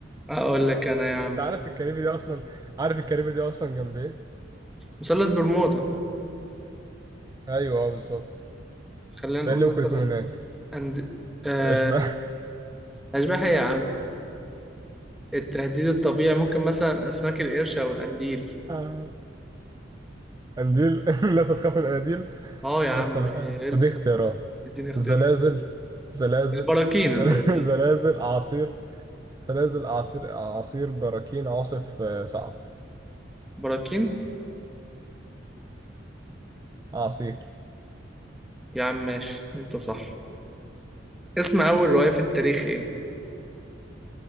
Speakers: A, in the centre; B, on the right (about 20°).
A: اقول لك انا يا عم
B: انت عارف الكاريبي دي اصلا عارف الكاريبي دي اصلا جنب ايه؟
A: مثلث برمودا
B: ايوه اه بالظبط
A: خلينا نقول
B: فايه اللي ممكن
A: مثلا
B: يكون هناك؟
A: أند... آه
B: اشباح <laughs>
A: اشباح إيه يا عم التهديد الطبيعي ممكن مثلا اسماك القرش او القنديل
B: آه. قنديل <laughs> الناس هتخاف من القناديل
A: اه يا عم
B: بس لا
A: بيلسع
B: بس. دي اختيارات
A: اديني اختيار
B: زلازل زلازل
A: البراكين
B: زل-
A: البراكين
B: <laughs> زلازل اعاصير سلاسل أعاصير أعاصير براكين عواصف آه، صعب
A: براكين
B: أعاصير
A: يا عم ماشي انت صح اسم اول رواية في التاريخ ايه